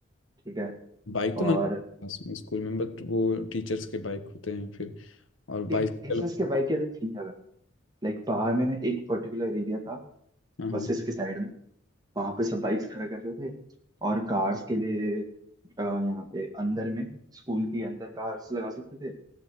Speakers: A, on the right; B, on the left.
A: ठीक है
B: बाइक तो
A: और
B: मैंने स्कूल में बट वो टीचर्स के बाइक होते हैं फिर और बाइसाइकिल
A: टीचर्स के बाइक के लिए थी जगह लाइक बाहर में ना एक पर्टिकुलर एरिया था
B: हाँ
A: बसेस
B: हाँ।
A: के साइड में वहां पे सब बाइक्स खड़ा करते थे और कार्स के लिए अ, यहाँ पे अंदर में स्कूल के अंदर कार्स लगा सकते थे